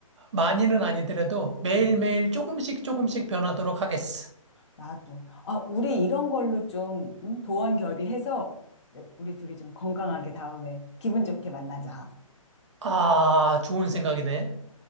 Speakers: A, on the right; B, on the left.
A: 많이는 아니더라도 매일매일
B: 응.
A: 조금씩 조금씩 변하도록 하겠어.
B: 나도. 아, 우리 이런 걸로 좀 응? 도원 결의해서 여- 우리 둘이 좀 건강하게 다음에 기분 좋게 만나자.
A: 아, 좋은 생각이네.